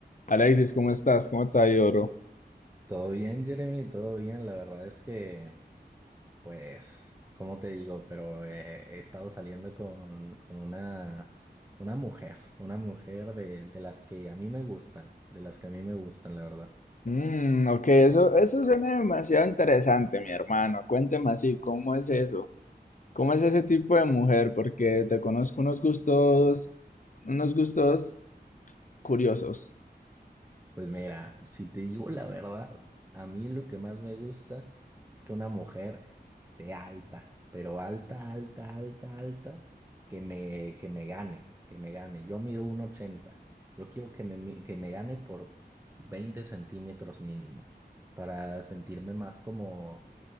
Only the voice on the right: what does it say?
Todo bien, Jeremy, todo bien. La verdad es que, pues, ¿cómo te digo? Pero eh, he estado saliendo con, con una, una mujer, una mujer de, de las que a mí me gustan, de las que a mí me gustan, la verdad.
Pues mira, si te digo la verdad, a mí lo que más me gusta es que una mujer esté alta, pero alta, alta, alta, alta, que me, que me gane, que me gane. Yo mido uno ochenta, Yo quiero que me, mi- que me gane por 20 centímetros mínimo, para sentirme más como,